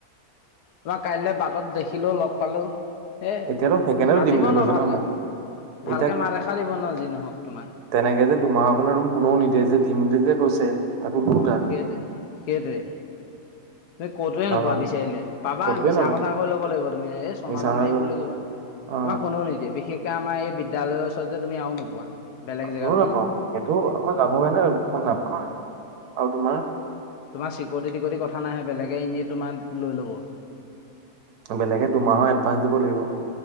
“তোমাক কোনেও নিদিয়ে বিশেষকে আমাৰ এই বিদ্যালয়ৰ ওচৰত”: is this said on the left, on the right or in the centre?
Left